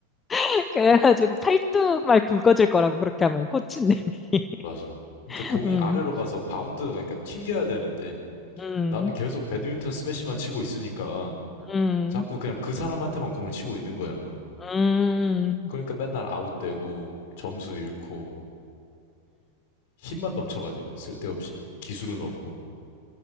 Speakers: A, on the left (about 15°); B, on the left (about 50°).
A: <laughs> 그래가지고 팔뚝 말 굵어질 거라고 그렇게 하면, 코치님이. <laughs>
B: 맞아. 그러니까 공이
A: 음,
B: 아래로 가서 바운드가 그러니까 튕겨야 되는데
A: 음,
B: 나는 계속 배드민턴 스매시만 치고 있으니까
A: 음,
B: 자꾸 그냥 그 사람한테만 공을 치고 있는 거야.
A: 음,
B: 그러니까 맨날 아웃되고 점수 잃고 힘만 넘쳐가지고 쓸데없이 기술은 없고